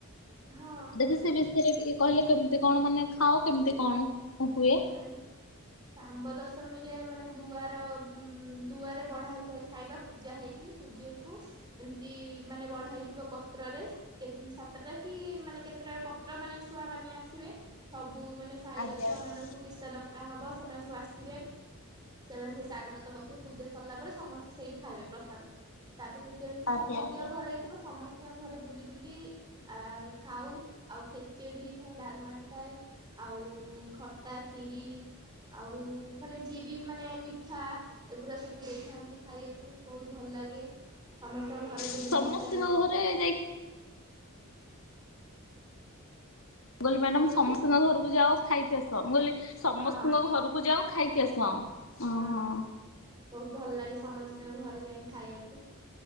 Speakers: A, on the right; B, on the left.
A: ହଁ
B: ବେସି ସେ ବି। ଏଥିରେ ଟିକେ କହିଲେ କେମିତି କ'ଣ ମାନେ ଖାଅ କେମିତି କ'ଣ ହୁଏ।
A: ମାନେ। ଶାମ୍ବ ଦଶମୀରେ ମାନେ ଦୁଆର ଦୁଆରେ ବଢ଼ା ହେଇଥାଏ ଖାଇବା। ପୂଜା ହେଇକି ସୂର୍ଯ୍ୟଙ୍କୁ ଏମିତି ମାନେ ବଢ଼ା ହେଇଥିବ ପତ୍ରରେ। କେତନ୍ ସାତଟା କି ମାନେ କେତେଟା ପତ୍ର ମାନେ ଛୁଆ ମାନେ ଆସିବେ ସବୁ ମାନେ ସାହିର
B: ଆଜ୍ଞା
A: ଛୁଆମାନଙ୍କୁ
B: ଆଜ୍ଞା
A: କିଛିଟା ଡକା ହବ ସେମାନେ ସବୁ ଆସିବେ। ସେମାନେ ସେଇ ସାରି କଥ ବସିବେ ପୂଜା ସରିଲା ପରେ ସମସ୍ତେ ସେଇଠି ଖାଇବେ ପ୍ରସାଦ। ତାପେ ସେ ଏଠୁ ଏମିତି ସମସ୍ତିଙ୍କ
B: ଆଜ୍ଞା ଆଜ୍ଞା।
A: ଘରେ ହେଇ ଥିବ ସମସ୍ତ। ସମସ୍ତିଙ୍କ ଘରେ ବୁଲି ବୁଲି ଆ ଖାଉ ଆଉ ଖେଚେଡ଼ି ହେଇଥାଏ ଡ଼ାଲମା ହେଇଥାଏ। ଆଉ ଖଟା ଖିରି ଆଉ ମାନେ ଯିଏ ବି ମାନେ ମିଠା। ଏଗୁରା ସବୁ ଦେଇଥାନ୍ତି ଖାଇବା କୁ ବହୁତ ଭଲ ଲାଗେ। ସମସ୍ତିଙ୍କ ଘରେ ବୁଲି
B: ସମସ୍ତଙ୍କ
A: ବୁଲି ଖାଇବାକୁ।
B: ଘରେ ଯାଇ ମୁଁ ମୁଁ ଗଲି ମ୍ୟାଡ଼ମ୍
A: କଣ କହିଲେ
B: ସମସ୍ତିଙ୍କ ଘରକୁ ଯାଅ ଖାଇକି ଆସ ମୁଁ ଗଲି। ସମସ୍ତୁଙ୍କ
A: ହଁ
B: ଘରକୁ ଯାଅ ଖାଇକି ଆସ। ଓହୋ
A: ହଁ ବହୁତ ଭଲ ଲାଗେ ସମସ୍ତିଙ୍କ ଘରେ ଯାଇ ଖାଇବା କୁ।